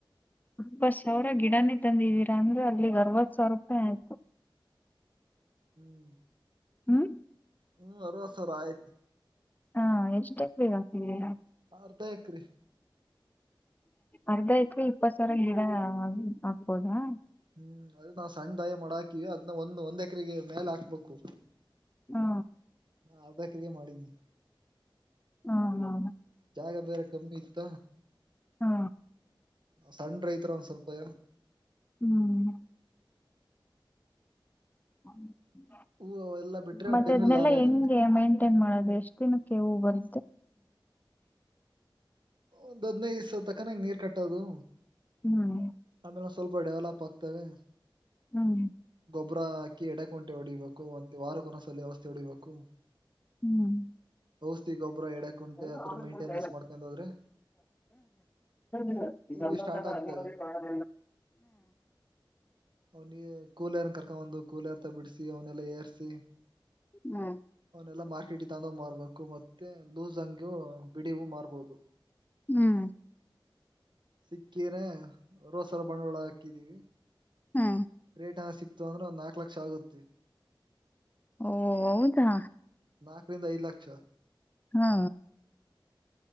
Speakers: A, on the left (about 20°); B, on the right (about 60°).
A: ಇಪ್ಪತ್ ಸಾವಿರ ಗಿಡನೇ ತಂದಿವೀರಾ ಅಂದ್ರೆ ಅಲ್ಲಿಗೆ ಅರವತ್ ಸಾವಿರ ರೂಪಾಯಿ ಆಯ್ತು
B: ಹ್ಮ್
A: ಹ ಹ್ಮ
B: ಹ್ಮ್ ಆರವತ್ತು ಸಾವಿರ ಆಯ್ತು
A: ಹಾ ಎಷ್ಟುಕ್ ಎಕ್ರೆ ಹಾಕಿದ್ದೀರ
B: ಅರ್ಧಾ ಎರೆ
A: ಅರ್ಧಎಕರೆ ಇಪ್ಪತ್ ಸಾವಿರ ಗಿಡ ಆಗ್ಬೋದಾ
B: ಹ್ಮ್ ಅದು ನಾವವು ಸಣ್ಣದಾಯ ಮಾಡಾಕಿವವಿ ಅದ್ನ್ನ ಒಂದಂದು ಒಂದ್ ಎಕರೆಗೆ ಮೇಲೆ ಹಾಕ್ಬೇಕು
A: ಹಾ
B: ಯದ ಕ್ರಿಯೆ ಮಾಡೀನಿ
A: ಹಾ ಹಾ
B: ಜಾಗ ಬೇರೆ ಕಮ್ಮಿ ಇತ್ತ
A: ಹಾ
B: ಸಣ್ರ ರೈತರು ಒಂದ ಸ್ವಲ್ಪಯ
A: ಹ್ಮ್ ಹ್ಮ
B: ಹೂ ಎಲ್ಲಾ ಬಿಟ್ರೆ
A: ಮತ್ತೆ
B: ಟೆನ್
A: ಅದ್ನ್ನಲ್ಲಾ
B: ಲಾರಿ ಆಗುತ್ತೆ
A: ಹೆಂಗೆ ಮೈಂಟೈನ್ ಮಾಡೋದು ಎಷ್ಟ ದಿನಕ್ಕೆ ಹೂವು ಬರ್
B: ಒಂದು ಅದಿನೈದು ದಿವಸ ತಕ್ಕ ನೀರ್ ಕಟ್ಟೋದು
A: ಹ್ಮ್
B: ಆಮೇಲೆ ಸ್ವಲ್ಪ ಡೆವಲಪ್ ಆಗ್ತವೆ
A: ಹ್ಮ್
B: ಒಬರಾಕಿ ಎಡೆಕ ಕುಂಟೆ ಹೊಡಿಬೇಕು ಮತ್ತೆ ವಾರ ಕೊನಸಲ್ಲಿ ವ್ಯಸ್ಥೆ ಹೊಡಿಬೇಕು
A: ಹ್ಮ್
B: ಔಷಧಿ ಗೊಬ್ಬರ ಎಡೆಕುಂಟೆ
A: ಆ ಸ
B: ಆತರ ಮೇಂಟೆನೆನ್ಸ್ ಮಾಡ್ಕೊಂಡ್ ಹೋದ್ರೆ
A: ಸ ಈ
B: ಹೂವು
A: ಸಂಬಂಧ
B: ಸ್ಟಾರ್ಟ್ ಆಗ್ತವೆ
A: ಅಲ್ಲಿವ ಕಾಣ
B: ಒಲಿಯೇ ಕುಲರ್ ಕರ್ಕೊಂಡು ಬಂದು ಕುಲರ್. ಬಿಡಿಸಿ ಅವನ್ನೆಲ್ಲ ಏರಿಸಿ
A: ಹ್ಮ್
B: ಅವಲ್ಲನ್ನೆಲ್ಲ ಮಾರ್ ಟಿಟಿ ತಂದು ಮಾರರ್ಬೇಕು ಮತ್ತೆ ಲೂಸ್ ಅಂಗು ಬಿಡಿವೂ ಮಾರಬಹುದು.
A: ಹ್ಮ್
B: ಸಿಕ್ಕಿರ ರೋಸರ ಬಂಡವಾಳ ಹಾಕಿದೀವಿ.
A: ಹಾ
B: ರೇಟ್ ಹ ಸಿಕ್ತ್ ಅಂದ್ರೆ ಒಂದ್ ನಾಕು ಲಕ್ಷ ಆಗುತ್ತೆ.
A: ಓ ಹೌದಾ
B: ನಾಕರಿಂದ ಐದು ಲಕ್ಷ.
A: ಹಾ